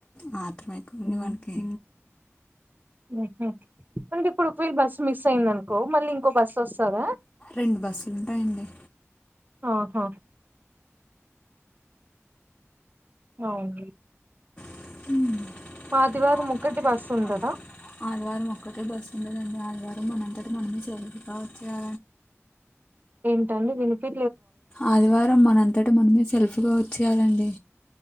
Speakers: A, on the left; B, on the right.
A: మాత్రమైకున్ని మనకి
B: ఆహా మంటఇప్ ఇప్పుడు ఇ బస్ మిస్ అయింది. అనుకో మళ్ళ ఇంకో బస్ వస్తందా,
A: రెండు బస్సులు ఉంటాయండి
B: ఆహా అవును
A: <inaudible>
B: ఆదివారం ఒక్కటి బస్సు ఉండదా
A: ఆదివారం మొక్కటి బస్ ఉంటది ఆదివారం మనంత అ మన్నీ చేరి ఉండవచ్చు గా
B: ఎంటండి వినిపి
A: ఆదివారం మన అంతట మనమే సెల్ఫ్గా వచ్చేయాలండి